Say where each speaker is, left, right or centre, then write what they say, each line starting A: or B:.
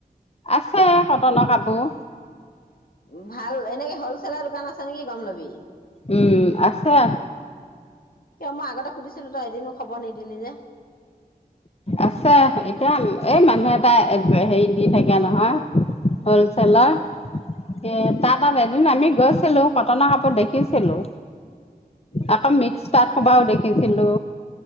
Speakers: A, on the left; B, on the left.
A: আছে কটনৰ কাপোৰ।
B: ভাল এনেকে হলছেলৰ দোকান আছে নেকি গম লবি।
A: উম আছে।
B: কিয় মই আগতে সুধিছিলো তই এদিনো খবৰ নিদিলি যে।
A: আছে এতিয়া এই মানুহ এটা হেৰি দি থাকে নহয়। হলছেলাৰ। এ তাৰ তাত এদিন আমি গৈছিলো কটনৰ কাপোৰ দেখিছিলো।
B: উম
A: আকৌ মিক্স পাত সোপাও দেখিছিলো।